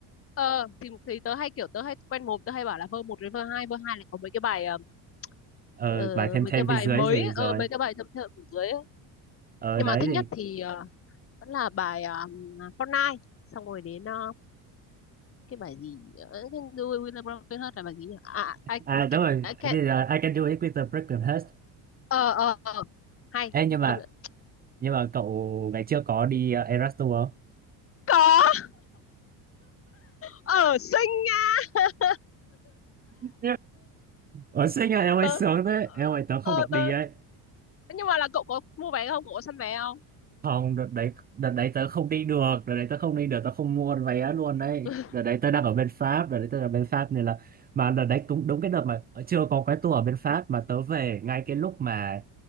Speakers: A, on the left; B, on the right.
A: ờ thì thì tớ hay kiểu tớ hay quen mồm tớ hay bảo là vơ một đến vơ hai vơ hai là có mấy cái bài ờ,
B: ờ
A: ờ,
B: bài thêm
A: mấy
B: thêm
A: cái bài
B: phía dưới
A: mới
B: gì
A: ấy,
B: rồi
A: ờ, mấy cái bài thâm thượng ở dưới ấy.
B: ờ
A: nhưng
B: đấy
A: mà thích nhất
B: thì
A: thì ờ, vẫn là bài ờ, Fortnite xong rồi đến ờ, cái bài gì ờ, cái đuôi William Broken Heart là bài gì nhỉ à I,
B: à
A: ca-
B: đúng rồi
A: I can
B: cái là I can do it with a broken heart
A: ờ ờ ờ. hay
B: Ê, nhưng mà
A: công nhận
B: nhưng mà cậu ngày trước có đi uh, Eras Tour không
A: có ở xinh nha <laughs>
B: <laughs> Ủa xinh à em ơi
A: tớ
B: sướng thế Em ơi tớ không
A: ờ
B: được đi
A: tớ
B: ấy
A: nhưng mà là cậu có mua vé không cậu có săn vé không
B: không đợt đấy đợt đấy tớ không đi được đợt đấy tớ không đi được tớ không mua vé luôn đấy
A: <laughs>
B: đợt đấy tớ đang ở bên Pháp đợt đấy tớ ở bên Pháp nên là mà đợt đấy cũng đúng cái đợt mà ờ, chưa có cái tour ở bên Pháp mà tớ về ngay cái lúc mà